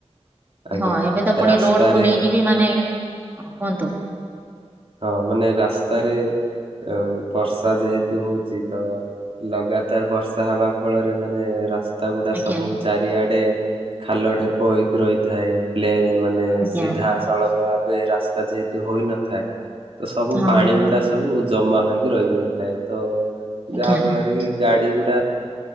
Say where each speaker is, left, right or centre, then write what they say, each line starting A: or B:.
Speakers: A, on the right (about 55°); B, on the right (about 15°).
A: ଆଜ୍ଞା
B: ହଁ ଏବେ ତ ପୁଣି
A: ରାସ୍ତାରେ
B: ରୋଡକୁୁ ନେଇକି ବି ମାନେ ହଁ କୁହନ୍ତୁ?
A: ହଁ ମାନେ ରାସ୍ତାରେ ଅ ବର୍ଷା ଯେହେତୁ ହଉଛି ତ ଲଗାତାର ବର୍ଷା ହବା ଫଳରେ ମାନେ ରାସ୍ ତା ଗୁଡା
B: ଆଜ୍ଞା
A: ସବୁ ଚାରିଆଡେ ଖାଲ ଢେପ ହେଇକି ରହିଥାଏ ପ୍ଲେ ମାନେ
B: ଆଜ୍ଞା
A: ସିଧା ସଳଖ ଭାବେ ରାସ୍ତା ଯେହେତୁ ହୋଇନଥାଏ। ତ ସବୁ
B: ହଁ
A: ପାଣି ଗୁଡା ସବୁ ଜମା ହେଇକି ରହିଯାଇଥାଏ ତ
B: ଆଜ୍ଞା
A: ଯାହା ଫଳରେ କି ଗାଡି ଗୁଡା